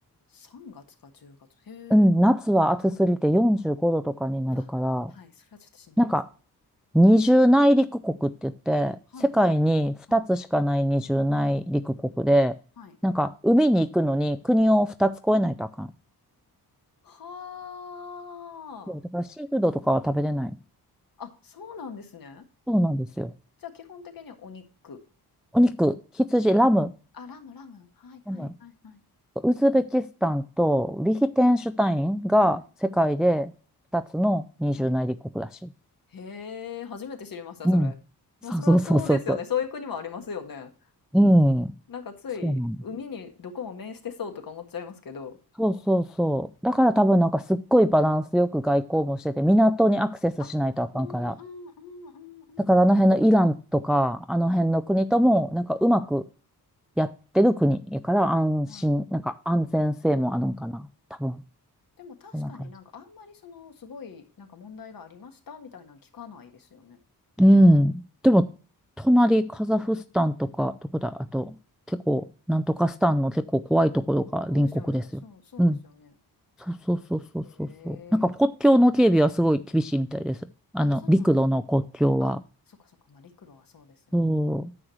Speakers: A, on the left; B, in the centre.
A: 3月か10月。へえ。
B: うん、夏は暑すぎて45度とかになるから、
A: うわ、はい、それはちょっとしんどいですね。
B: なんか二重内陸国って言って、
A: はいはい。
B: 世界に2つしかない二重内陸国で、
A: はい、はい。
B: なんか海に行くのに国を2つ越えないとあかん。
A: は
B: そう、だからシーフードとかは食べれない。
A: あ。あ、そうなんですね。
B: そうなんですよ。
A: じゃあ基本的にはお肉。
B: お肉、羊、
A: へえ。
B: ラム、
A: あ、ラムラム。はいはいはいはい
B: ラム。ウズベキスタンとリヒテンシュタインが世界で2つの二重内陸国らしい。
A: はい。はい。へえ、初めて知りました、
B: うん。
A: それ。ま、
B: そうそうそうそうそう。
A: そりゃそうですよね。そういう国もありますよね。
B: うん。
A: なんかつい、
B: そうなの。
A: 海にどこも面してそうとか思っちゃいますけど。
B: そうそうそう。だから多分なんかすっごいバランスよく外交もしてて、港にアクセスしないとあかんから。
A: あ、うんうんうんうん
B: だからあの辺のイランとか、あの辺の国とも、
A: うん。はい、
B: なんかうまくやってる国やから安心、
A: はい。
B: なんか安全性もあるんかな。
A: 確かに。
B: 多分。
A: でも確かになんかあんまりそのすごいなんか問題がありましたみたいなの聞かないですよね。
B: そんな感じ。うん。でも、隣カザフスタンとか、どこだ、あと、
A: はい。
B: 結構、なんとかスタンの結構怖いところが隣国ですよ。
A: そうですよね。そう、そうですよね。
B: うん。そうそうそうそうそうそう。
A: へ
B: なんか国境の警備はすごい厳しいみたいです。
A: え。
B: あの、
A: あ、そうなんですね。
B: 陸路の国境は。
A: へあ、そっかそっか、まあ、陸路はそうですよね。
B: そう、